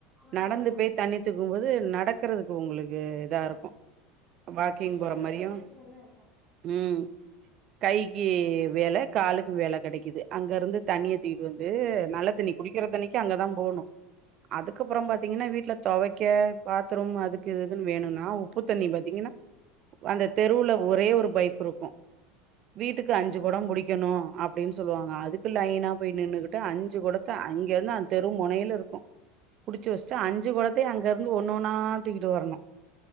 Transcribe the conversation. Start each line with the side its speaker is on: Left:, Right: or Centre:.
Left: ஆமா
Right: நடந்து
Left: ஆமா
Right: போய் தண்ணி எத்துக்கும்போது நடக்கறதுக்கு உங்களுக்கு இதா இருக்கு வாக்கிங்
Left: அதே
Right: போற
Left: ஒரு
Right: மாரியு
Left: உடற்பயிற்சி மாரிதா இருக்கு
Right: ம் கைக்கி வேல காலுக்கு வேல கெடைக்குது அங்க இருந்து தண்ணிய தூக்கிட்டு வந்து நல்ல தண்ணி குடிக்கிற தண்ணிக்கு அங்கதா போணு அதுக்கப்பறம் பாத்தீங்கன்னா வீட்ல தொவைக்க பாத்ரூம் அதுக்கு இதுக்குன்னு வேணுனாவ் உப்புதண்ணி பாத்தீங்கன்னா அந்த தெருவுல ஒரே ஒரு பைபு இருக்கு வீட்டுக்கு
Left: ஆ
Right: அஞ்சு கொடம் புடிக் கணும் அப்டின்னு சொல்லுவாங்க அதுக்கு லைனா போய் நின்னுகிட்டு அஞ்சு கொடத்த அங்க இருந்து அந்த தெரு மொனையில இருக்கு புடிச்சு வச்சுட்டு அஞ்சு கொடத்தையு அங்க இருந்து ஒண்ணு ஒன்னா தூக்கிட்டு வரணு